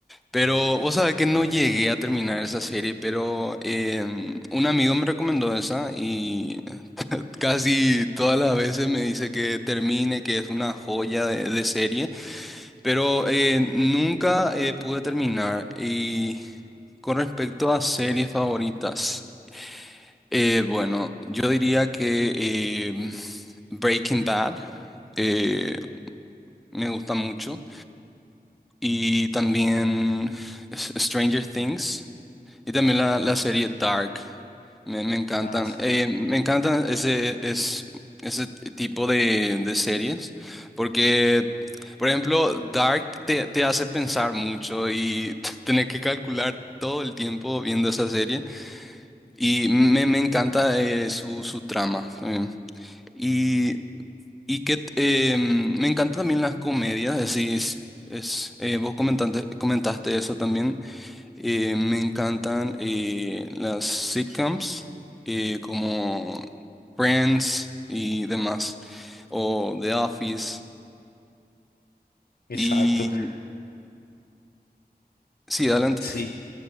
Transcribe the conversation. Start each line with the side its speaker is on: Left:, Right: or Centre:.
Centre: Pero vos sabés que no llegué a terminar esa serie, pero em, un amigo me recomendó esa y <laughs> casi todas las veces me dice que termine, que es una joya de, de serie, pero eh, nunca eh, pude terminar. Y con respecto a series favoritas, eh, bueno, yo diría que em, Breaking Bad eh, me gusta mucho y también S- Stranger Things. Y también la,
Left: Mm.
Centre: la serie Dark. Me, me encantan.
Left: Ah, sí.
Centre: Eh, me encantan ese, es, ese tipo de, de series. Porque, por ejemplo, Dark te, te hace pensar mucho y <laughs> tener que calcular todo el tiempo viendo esa serie. Y me, me encanta eh, su, su trama también. Y, y que eh, me encantan también las comedias. Es, decir, es, es, eh, vos comentaste, comentaste eso también. Eh, me encantan eh, las sitcoms eh, como Friends y demás, o The Office.
Left: Exacto.
Centre: Y sí, adelante.
Left: Sí.